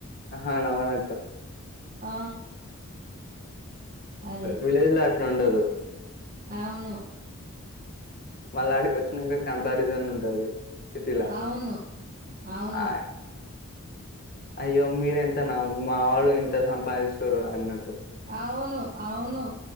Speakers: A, on the left; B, on the right.
A: హ అవునవునక్క
B: ఆ అదే
A: విలేజ్ల అట్లా ఉండదు. <inaudible>
B: అవును
A: మళ్ళాడికి వచ్చినాంక కంపారిజన్ ఉంటది సిటీలా
B: అవును అవును‌
A: ఆహ్, అయ్యో మీర ఎంతనా మా వాళ్ళు ఇంత సంపాదిస్తురు అన్నట్టు
B: అవును అవును